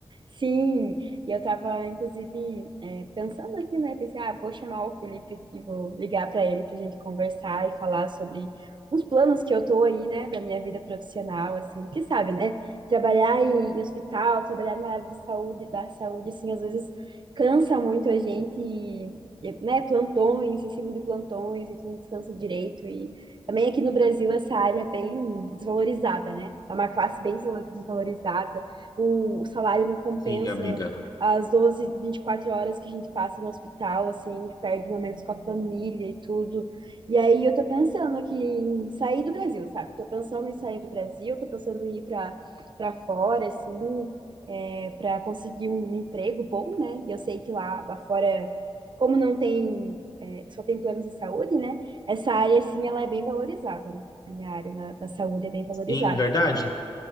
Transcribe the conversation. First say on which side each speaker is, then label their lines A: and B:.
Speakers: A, on the right; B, on the left.
A: Sim, e eu estava inclusive, é, pensando aqui, né? Pensei, ah, vou chamar o Felipe aqui, vou ligar para ele para a gente conversar e falar sobre uns planos que eu tô aí, né, da minha vida profissional, assim, que sabe, né? Trabalhar em, em hospital, trabalhar na área de saúde, da saúde, assim, às vezes cansa muito a gente, e, e, né? Plantões, em cima de plantões, a gente não descansa direito e também aqui no Brasil essa área é bem desvalorizada, né? É uma classe bem desvalorizada o, o salário não compensa
B: Sim, amiga.
A: as doze vinte e quatro horas que a gente passa no hospital, assim, que perde momentos com a família e tudo. E aí eu tô pensando aqui em sair do Brasil, sabe? Tô pensando em sair do Brasil, tô pensando em ir para para fora, assim, é, para conseguir um emprego bom, né? E eu sei que lá, lá fora, como não tem, é, só tem planos de saúde, né? Essa área, assim, ela é bem valorizada, né? A minha área na, da saúde é bem valorizada.
B: Sim, verdade.